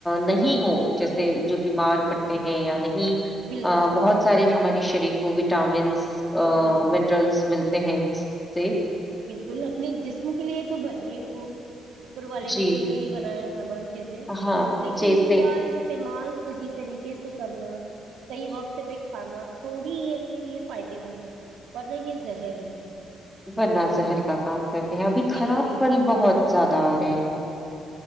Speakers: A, in the centre; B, on the right.
A: نہیں ہو جیسے جو بیمار پڑتے ہیں یا نہیں
B: بالکل
A: بہت سارے ہمارے شریفو وٹامنس
B: جی بالکل
A: منرلس ملتے ہیں جی
B: بالکل اپنے جسم کے لیے تو بڑیں خوب <unintelligible> اوپر والے
A: جی
B: نے اپنے لیے ہی بنایا سامان <unintelligible> چیزیں
A: ہاں
B: لیکن
A: جیسے
B: ان کا استعمال صحیح طریقے سے کرنا صحیح وقت پہ کھانا تو ہی یہ اپنے لیے فائدے مند ہے ورنہ یہ زہر ہے
A: بنا زہر کا کام کرتے ہیں ابھی
B: بالکل
A: خراب پھل بہت زیادہ آ رہے ہیں